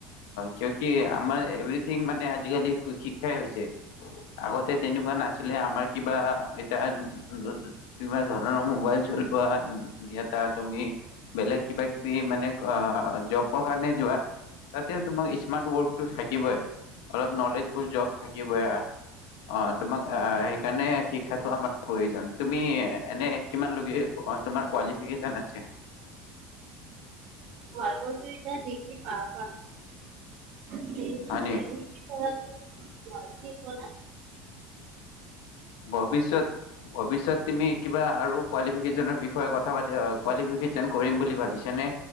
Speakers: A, on the left; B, on the right.
A: কিউকি আমাৰ এভ্ৰিৰথিং মানে আজিকালি শিক্ষাই হৈছে। আগতে তেনেকুৱা নাছিলে আমাৰ কিবা তাত কিবা ধৰণৰ মোবাইল চলোৱা তাত তুমি বেলেগ কিবা কিবি মানে জবৰ কাৰণে যোৱা তাতে তোমাক স্মাৰ্ট ৱৰ্কটো থাকিবই অলপ নলেজবুল জব থাকিবই অ তোমাক সেইকাৰণে শিক্ষাটো আমাৰ প্ৰয়োজন তুমি এনে কিমান লৈকে তোমাৰ কোৱালিফেকেচন আছে
B: আগতে এতিয়া দিগ ভ মান <unintelligible>
A: হয় নি?
B: কি কলা
A: ভৱিষ্যত ভৱিষ্যত তুমি কিবা আৰু ‌কোৱালিফেকেচনৰ বিষয়ে কথাপাতি কোৱালিফেকেচন কৰিম বুলি ভাবিছানে